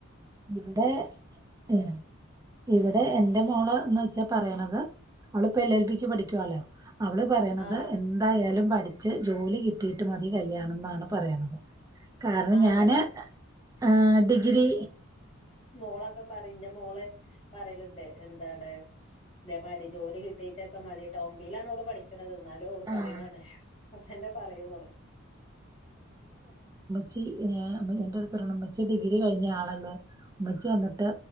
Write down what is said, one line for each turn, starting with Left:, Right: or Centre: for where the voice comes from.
Right: ഇവിടെ ഏ ഇവിടെ എന്റെ മോള് ന്ന്ച്ചാ പറയണത് അവളിപ്പോ എൽ എൽ ബി ക്ക് പഠിക്കുവാലോ അവള് പറയണത്
Left: ആഹ്
Right: എന്തായാലും പറ്റ് ടിച്ച് ജോലി കിട്ടീട്ട് മതി കല്യാണം ന്നാണ് പറയണത്. കാരണം
Left: ആഹ്
Right: ഞാന്
Left: ഇവിടെ
Right: അ ആ ഡിഗ്രി
Left: മോളക്ക പറയും ന്റെ മോള് പറയല്ണ്ട് എന്താണ് ഇതേമാരി ജോലി കിട്ടീട്ടക്കെ മതിട്ടോ ഒമ്പയില <unintelligible> പഠിക്ക <unintelligible> <unintelligible> ന്നാലു ഓള്
Right: ആഹ്
Left: പറേണാണെ പ്പതന്നെ പറയൂ ഓള്.
Right: ച്ചി <unintelligible> എന്റെ അടുത്തിര്ണമ്മച്ചി ഡിഗ്രി കഴിഞ്ഞ ആളല്ലേ മ്മച്ചി എന്നിട്ട്